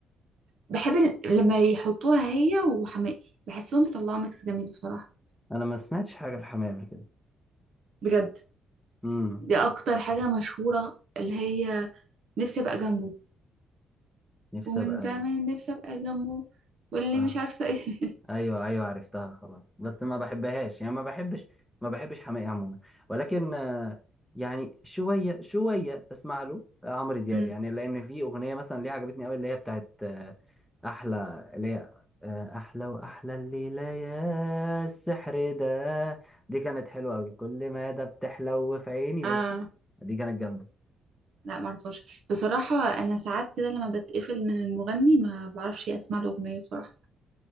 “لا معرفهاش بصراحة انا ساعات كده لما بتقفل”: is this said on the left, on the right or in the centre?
Right